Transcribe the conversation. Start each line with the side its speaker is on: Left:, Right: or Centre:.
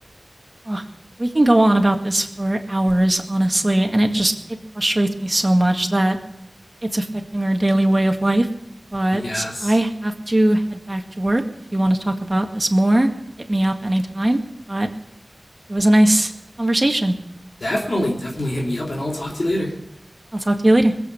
Right: Ugh. We can go on about this for hours, honestly, and it just it frustrates me so much that it's affecting our daily way of life. But
Left: yes
Right: I have to head back to work. If you want to talk about this more, hit me up anytime. But it was a nice conversation.
Left: definitely definitely hit me up and i'll talk to you later
Right: I'll talk to you later.